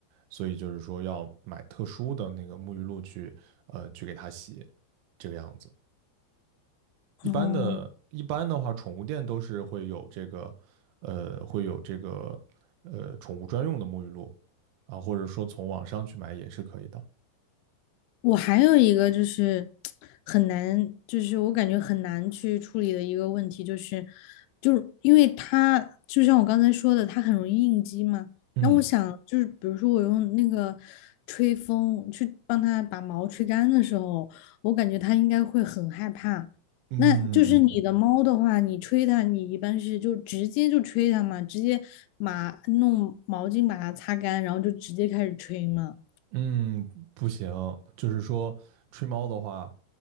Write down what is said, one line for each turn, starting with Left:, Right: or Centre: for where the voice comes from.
Right: 所以就是说要买特殊的那个沐浴露去呃去给它洗，这个样子。一般的，
Left: 哦，
Right: 一般的话，宠物店都是会有这个，呃，会有这个，呃，宠物专用的沐浴露啊，或者说从网上去买也是可以的。
Left: 我还有一个就是很难，就是我感觉很难去处理的一个问题，就是就是因为它就像我刚才说的，它很容易应激嘛。
Right: 嗯
Left: 那我想就是，比如说我用那个吹风去帮它把毛吹干的时候，我感觉它应该会很害怕。
Right: 嗯
Left: 那就是你的猫的话，你吹它，你一般是就直接就吹它嘛，直接把弄毛巾把它擦干，然后就直接开始吹嘛，
Right: 嗯，不行，就是说吹猫的话，